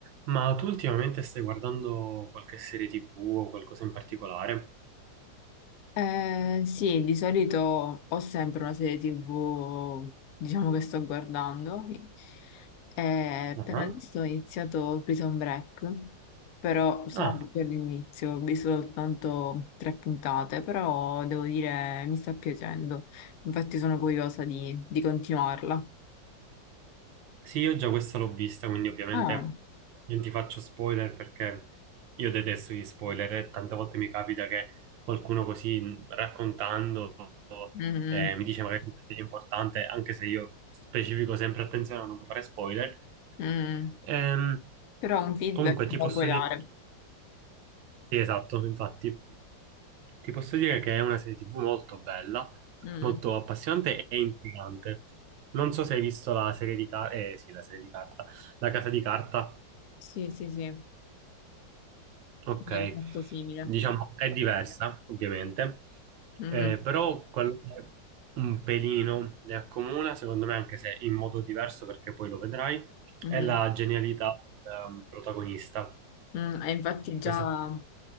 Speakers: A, on the right (about 80°); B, on the left (about 65°).
A: Ma tu ultimamente stai guardando qualche serie TV o qualcosa in particolare?
B: Eh, sì, di solito ho sempre una serie TV, diciamo, che sto guardando. Eh,
A: Ah,
B: per adesso ho iniziato Prison Break, però sono
A: Ah,
B: per l'inizio, ho visto soltanto tre puntate, però devo dire mi sta piacendo. Infatti sono curiosa di, di continuarla.
A: sì, io già questa l'ho vista, quindi ovviamente
B: Ah,
A: non ti faccio spoiler perché io detesto gli spoiler e tante volte mi capita che qualcuno così mh, raccontando
B: mm,
A: eh, mi dice magari che è importante, anche se io specifico sempre attenzione a non fare spoiler.
B: mm.
A: Ehm,
B: Però un feedback
A: comunque ti
B: me lo
A: posso
B: puoi
A: dire,
B: dare.
A: sì, esatto, infatti. Ti posso dire che è una serie TV molto bella,
B: Mm.
A: molto appassionante e intrigante. Non so se hai visto la serie di carta, eh sì, la serie di carta, La Casa di Carta.
B: Sì, sì, sì,
A: Ok,
B: mi è molto simile.
A: diciamo è diversa, ovviamente,
B: Mm,
A: Eh, però quello che un pelino le accomuna, secondo me, anche se in modo diverso, perché poi lo vedrai,
B: mm.
A: è la genialità del ehm, protagonista.
B: Mm, e infatti già,
A: Questa...